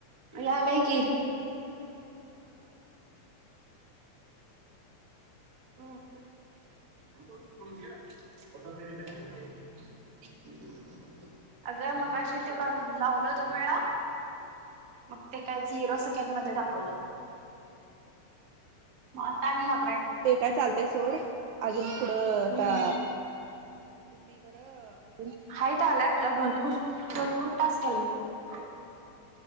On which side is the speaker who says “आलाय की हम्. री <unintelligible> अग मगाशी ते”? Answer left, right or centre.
Right